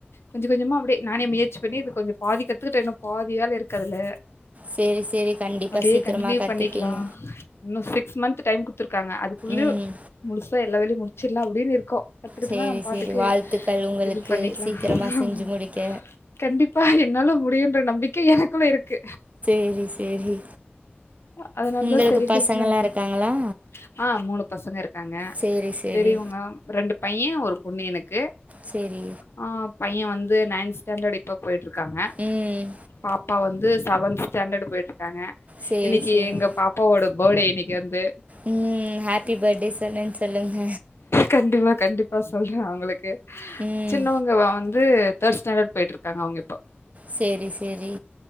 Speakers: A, on the left; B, on the right.
A: கொஞ்ச கொஞ்சமா அப்டே நானே முயற்சி பண்ணி இது கொஞ்சோ பாதி கத்துக்கிட்ட இன்னு பாதி வேல இருக்கு அதுல
B: சேரி சேரி கண்டிப்பா
A: அப்டியே
B: சீக்கிரமா
A: கண்டினியூ
B: கத்துப்பீங்க
A: பண்ணிக்கலா இன்னு சிக்ஸ் மந்த் டைம் குட்த்துருக்காங்க அதுக்குள்ளயு
B: ம்
A: முழுசா எல்ல வேலையு முட்ச்சிட்லா அப்டின் இருக்கோ கத்துக்கிட்டம்னா
B: சேரி
A: நம்ம பாட்டுக்கு
B: சேரி வாழ்த்துக்கள் உங்களுக்கு
A: இது பண்ணிக்லா
B: சீக்கிரமா செஞ்சு
A: ஆமா
B: முடிக்க
A: கண்டிப் ப்பா என்னால முடியுன்ற நம்பிக்க எனக்குள்ள இருக்கு
B: சேரி சேரி
A: அதுனால
B: உங்களுக்கு
A: தா செரின்ட்டு
B: பசங்கள்லா இருக்காங்களா
A: <unintelligible> ஆ மூனு பசங்க இருக் க்காங்க
B: சேரி சேரி
A: பெரியவுங்க ரெண்டு பையெ ஒரு பொண்ணு எனக்கு
B: சேரி
A: ஆ பையெ வந்து நைன்த் ஸ்டாண்டர்ட் இப்ப போய்ட்டு இருக்காங்க
B: ம்
A: பாப்பா வந்து செவன்த் ஸ்டாண்டர்ட் போய்ட் இருக்காங்க
B: சேரி
A: இன்னிக்கி
B: சேரி
A: எங்க பாப்பாவோட படே இன்னக்கி வந்து
B: ம் ஹாப்பி படே சொன்னேனு சொல்லுங்க
A: கண்டிப்பா கண்டிப்பா சொல்றே அவுங்களுக்கு
B: ம்
A: சின்னவங்க வந்து தேர்ட் ஸ்டாண்டர்ட் போய்ட்ருக் க்காங்க அவுங்க இப்ப
B: சேரி சேரி